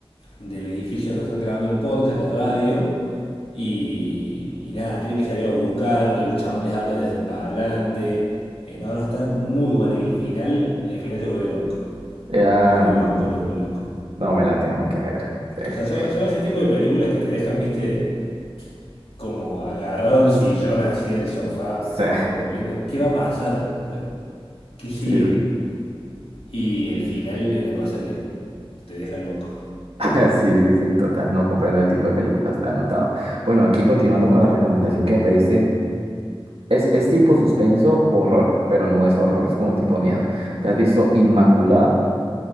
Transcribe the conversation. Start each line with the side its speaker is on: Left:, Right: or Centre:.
Left: del edificio donde están grabando el podcast, la radio, y, y nada, tienen que salir a buscarlo, el chabón les habla desde el parlante. Eh, no, no, está muy bueno y el final, el final te vuelve loco,
Right: Ya,
Left: te vuelve
Right: no,
Left: loco,
Right: no.
Left: loco, loco.
Right: No, me la tengo que ver, en serio.
Left: O sea, son, son ese tipo de películas que te dejan, viste, como agarrado el sillón así el sofá,
Right: Sí,
Left: como viendo qué va a pasar, O sea, qué sigue.
Right: sí,
Left: Y el final es una cosa que te deja loco.
Right: <laughs> sí, sí, sí, total. No comprendo ese tipo de películas, la he notado. Bueno, aquí continuando con la recomendación que me pediste, es, es tipo suspenso, horror, pero no es horror, es como tipo miedo. ¿Te has visto Inmaculada?